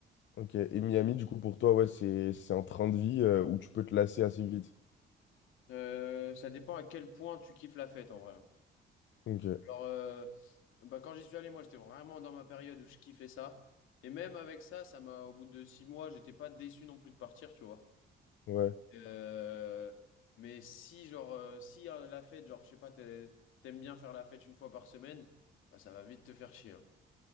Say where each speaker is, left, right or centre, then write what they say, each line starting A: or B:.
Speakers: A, on the left; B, on the left.
A: Ok, et Miami, du coup, pour toi, ouais, c'est c'est un train de vie euh, où tu peux te lasser assez vite.
B: Euh, ça dépend à quel point tu kiffes la fête en vrai.
A: Ok,
B: Genre, euh, bah, quand j'y suis allé, moi j'étais vraiment dans ma période où je kiffais ça. Et même avec ça, ça m'a, au bout de six mois, j'étais pas déçu non plus de partir, tu vois.
A: ouais.
B: Euh, mais si, genre, euh, si euh, la fête, genre, je sais pas, t'es- t'aimes bien faire la fête une fois par semaine, bah, ça va vite te faire chier. hein.